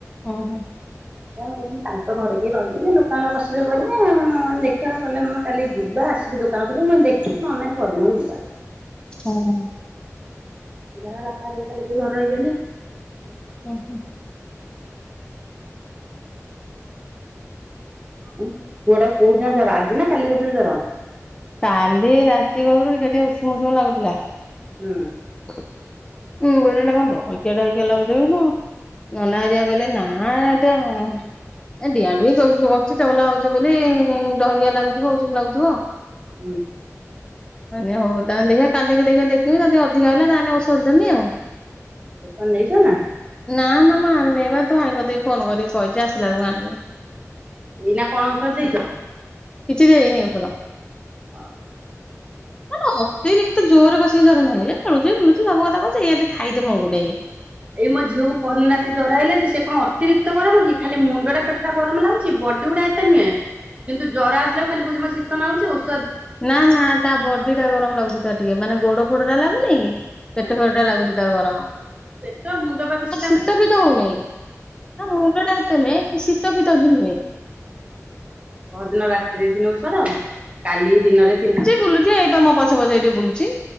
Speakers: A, on the left; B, on the right.
A: ଓହୋ।
B: କଣ କହୁଚନ୍ତି କାଲି ତ ଘରେ କେହି ରହିବେନି ଦୋକାନରେ ବସିବେ କରିବେ ଆଉ ମୁ ଦେଖିଆ କଲେ ନନେ କାଲି ଯିବା ଆସିକି ଦୋକାନ ଖୋଲିବ ମୁ କଲି ଦେଖିଆ ନ ହେନେ ନାହିଁ ପଅର ଦିନକୁ ଯିବା।
A: ଓହୋ।
B: ଯାହା ବାପା ହରିକା କାଲିି କେହି ଘରେ ରହିବେନି।
A: ହୁଁ ହୁଁ।
B: ଉଁ ପୁଅ ଟାକୁ କୋଉ ଦିନ ଜର ଆଜି ନା କାଲି କତିରୁ ଜର?
A: କାଲି ରାତି କତୁରୁ ଟିକେ ଟିକେ ଉଷୁମୁ ଉଷୁମୁ ଲାଗୁଥିଲା।
B: ହୁଁଉଁ।
A: ମୁଁ କହିଲି ଏଟା କଣ ଧଲକିଆ ଟା <unintelligible> ନନା ହରିଆ କଇଲେ ନାଁଆଁ ଏଟା। ଏ ଡିଆଁ ଡୁଇଁ କରୁଥିବ ଅଛି ଚଗଲା ହଉଛି ବୋଲି ଡ଼ହକିଆ ନାଗୁଥିବ, ଉଷୁମ୍ ଲାଗୁଥିବ ଆଉ।
B: ହୁଁଉଁ।
A: ମୁ କଇନି ହଉ ତାହେନ ଦେଖିଆ କାଲିକି ଦେଖିଆ ଦେ ଖିବି ଯଦି ଅଧିକ ହେଲା ତାହେନେ ଓଷଦ ଦେମି ଆଉ।
B: ଓସନ୍ ନେଇଛ ନା?
A: ନା ନା ମୁଁ ଆନେଇବା ତୋ ଭାଇଙ୍କ କତିକି ଫୋନ କରିକି କହିଛି ଆସିଲା ବେଳୁକୁ ଆଣିବେ।
B: ଏଇନା କଣ ଓଷଦ ଦେଇଚ?
A: କିଛି ଦେଇନି ଓଷଦ।
B: ହଁ
A: ମାନେ ଅତିରି କ୍ତ ଜୋରେ କଷିକି ଜର ନାହିଁ ଏ ଖେଳୁଛି ବୁଲୁଛି ସବୁ କଥା କରୁଚି ଏୟାଟେ ଖାଇତେ ମଙ୍ଗୁନେଇ ଏ।
B: ଏଇ ମୋ ଝିଅକୁ ପହଦିନ ରାତି ଜର ଆଇଲା ଯେ ସେ କଣ ଅତିରିକ୍ତ ଗରମ କି ଖାଲି ମୁଣ୍ଡଟା ପେଟଟା ଗରମ୍ ଲାଗୁଚି ବଡି ଗୁଡା ଏ ତେ ନୁହେଁ କିନ୍ତୁ ଜର ଆସିଲାକୁ ଖାଲି କୋଉଚି ମତେ ଶୀତ ନାଗୁଚି ଓଷ
A: ନା ନା ତା ବଡି ଟା ଗରମ ଲାଗୁଚି ତାର ଟିକେ ମାନେ ଗୋଡ ଫୋଡ ଟା ଲାଗୁନେଇ କି ପେଟ
B: ହଁ
A: ଫେଟ ଲାଗୁଚି। ତାର ଗରମ।
B: ପେଟ ମୁଣ୍ଡ ପା ବେଶି
A: ତା
B: ଲାଗୁଛି।
A: ଶୀତ ହଉନେଇଁ, ନା ମୁଣ୍ଡ ଟା ଏତେ ନୁହେଁ କି ଶୀତ ଫିତ ବି ନୁହେଁ।
B: ପହର ଦିନ ରାତିରେ ଦେଇଥିନି ଓଷଦ କାଲି ଦିନରେ ତିନି
A: ଏଇଠି ବୁଲୁଚି ଏଇପା ମୋ ପଛେ ପଛେ ଏଇଠି ବୁଲଚି।